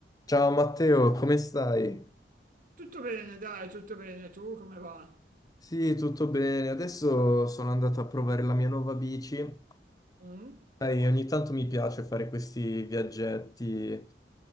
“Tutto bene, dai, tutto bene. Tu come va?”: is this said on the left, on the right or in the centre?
Right